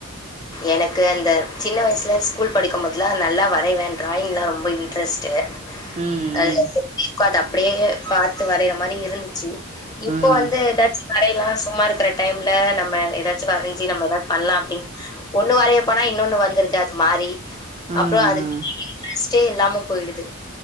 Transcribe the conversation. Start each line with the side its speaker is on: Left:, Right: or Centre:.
Left: எனக்கு அந்த சின்ன வயசு ல ஸ்கூல் படிக்கும்போதெல்லா நல்லா வரைவே டிராயி்ங்லா ரொம்ப இன்ட்ரஸ்ட் டு
Right: ம்
Left: அ <unintelligible>
Right: ம்
Left: அப்டியே பாத்து வரையறா மாரி இருந்துச்சி இப்போ
Right: ம்
Left: வந்து டச் வரையலா சும்மா இருக்ற டைம்ல நம்ம ஏதாச் சி வரைஞ்சி நம்ம ஏதாவது பண்ணலா அப்டின் ஒண்ணு வரையப் போனா இன்னொன்னு வந்துருது அது மாரி
Right: ம்
Left: அப்றொ அதுக் இன்ட்ரஸ்ட் டே இல்லாம போய்டுது